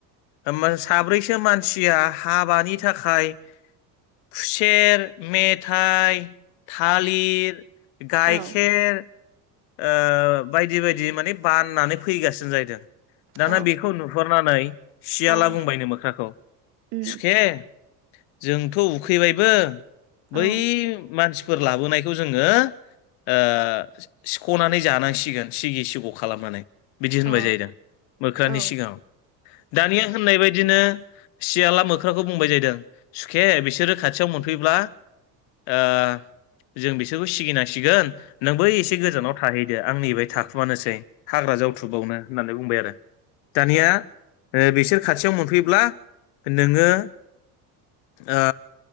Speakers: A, on the left; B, on the right.
A: ओम साब्रैसो मानसिया हाबानि थाखाय खुसेर मेथाइ थालिर गाइखेर
B: औ
A: ओ बायदि बायदि माने बाननानै फैगासिनो जाहैदों। दाना
B: औ
A: बेखौ नुहरनानै सियाला
B: औ
A: बुंबायनो मोख्राखौ
B: उम
A: सुखे जोंथ' उखैबायबो बै
B: औ
A: मानसि फोर लाबोनायखौ जोङो ओ सिख सिख'नानै जानांसिगोन सिगि सिग' खालामनानै बिदि होनबाय
B: अ
A: जाहैदों मोख्रानि
B: औ उम औ अ औ
A: सिगाङाव दानिया होननाय बायद दिनो सियाला मोख्राखौ बुंबाय जाहैदों सुखे बिसोरो खाथियाव मोनफैब्ला ओ जों बिसोरखौ सिगिनांसिगोन। नोंबो एसे गोजानाव थाहैदो आं नेबाय थाखुमानोसै। हाग्रा जावथुबावनो होननानै बुंबाय आरो दानिया ओ बिसोर खाथियाव मोनफैब्ला नोङो ओ